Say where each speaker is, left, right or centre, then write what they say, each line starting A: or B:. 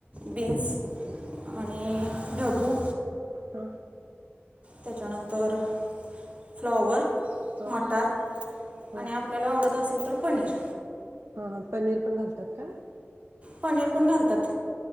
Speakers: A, on the right; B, on the right.
A: ह
B: बिन्स आणि ढबु
A: हां.
B: त्याच्यानंतर फ्लॉवर
A: ह
B: मटार
A: ह
B: आणि आपल्याला आवडत असल तर पनीर
A: हा हा पनीर पण घालतात काय?
B: पनीर पण घालतात.